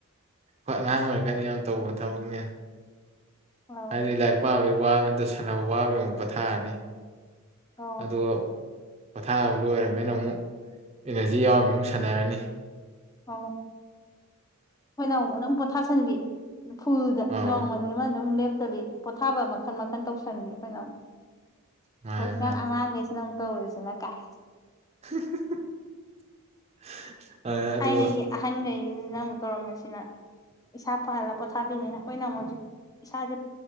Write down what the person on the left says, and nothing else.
ꯑꯧ
ꯑꯧ
ꯑꯣꯧ ꯑꯩꯈꯣꯏꯅ ꯑꯃꯨꯛ ꯑꯗꯨꯝ ꯄꯣꯊꯥꯁꯟꯕꯤ ꯐꯨꯜꯗ
ꯅꯣꯡꯃꯅꯤꯃ ꯑꯗꯨꯝ ꯂꯦꯞꯇꯕꯤ ꯄꯣꯊꯥꯕ ꯃꯈꯟ ꯃꯈꯜ ꯇꯧꯁꯟꯕꯤ ꯑꯩꯈꯣꯏꯅ
ꯍꯧꯖꯤꯛꯀꯥꯟ
ꯑꯉꯥꯡꯈꯩꯁꯤꯅ ꯑꯃꯨꯛ ꯇꯧꯔꯤꯁꯤꯅ ꯀꯥꯏ
ꯑꯩꯅꯒꯤ ꯑꯍꯟꯈꯩꯁꯤꯅ ꯑꯃꯨꯛ ꯇꯧꯔꯝꯃꯤꯁꯤꯅ ꯏꯁꯥ ꯄꯍꯜꯂꯒ ꯄꯣꯊꯥꯕꯤꯅꯤꯅ ꯑꯩꯈꯣꯏꯅ ꯑꯃꯨꯛꯖꯤꯛ ꯏꯁꯥꯁꯦ